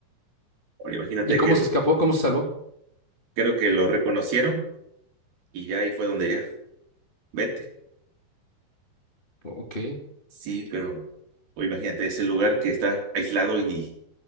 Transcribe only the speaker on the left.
¿Y cómo
se escapó? ¿Cómo se salvó?
Ok.